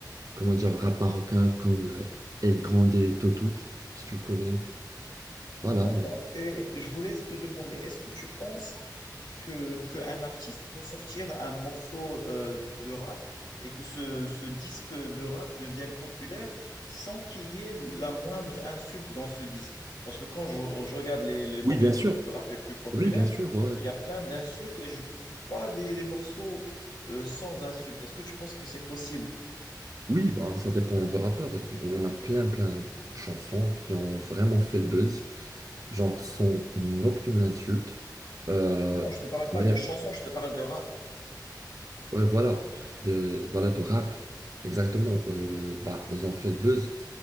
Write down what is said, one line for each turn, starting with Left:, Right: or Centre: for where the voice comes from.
Right: comment dire le rap marocain comme euh, El Grande et Toto, si tu le connais. Voilà.
Left: D'accord. Et je voulais te demander, est-ce que tu penses que, qu'un artiste peut sortir un morceau euh, de rap et que ce, ce disque de rap devienne populaire sans qu'il y ait la moindre insulte dans ce disque. Parce que quand je, je regarde les, les morceaux
Right: Oui, bien sûr.
Left: de, de rap les plus populaires,
Right: Oui, bien sûr, ouais.
Left: il y a plein d'insultes et je trouve pas des, des morceaux euh, sans insultes. Est-ce que tu penses que c'est possible?
Right: Oui, ben, ça dépend du rappeur. Il y en a plein, plein de chansons qui ont vraiment fait le buzz, genre sans aucune insulte. Euh,
Left: Non, je te parle pas
Right: mais
Left: de chansons, je te parle de rap.
Right: ouais, voilà, de, voilà, de rap, exactement. Euh, bah, ils ont fait le buzz,